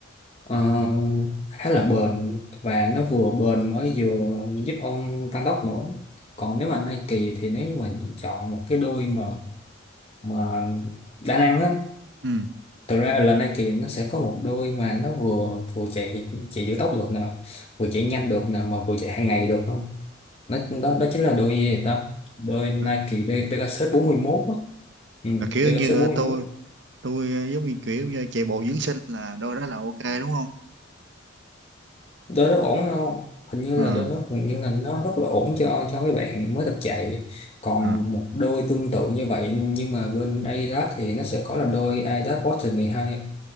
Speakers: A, on the left; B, on the right.
A: ờ, khá là bền và nó vừa bền mới vừa giúp ông tăng tốc nữa còn nếu mà Nike thì nếu như mà chọn một cái đôi mà mà đa năng á
B: ừ
A: thực ra là Nike nó sẽ có một đôi mà nó vừa vừa chạy chạy giữ tốc được nè vừa chạy nhanh được nè mà vừa chạy hàng ngày được đó, đó, đó chính là đôi gì vậy ta đôi Nike
B: là,
A: Pe- Pegasus 41 á ừ,
B: là kiểu
A: Pegasus
B: như
A: 41
B: tôi tôi ờ, giống như kiểu như chạy bộ dưỡng sinh là đôi đó là ok đúng không
A: đôi rất ổn không hình như là
B: à
A: đôi nó hình như là nó rất là ổn cho cho mấy bạn mới tập chạy còn
B: à
A: một đôi tương tự như vậy nhưng mà bên Adidas thì nó sẽ có là đôi Adidas Boston 12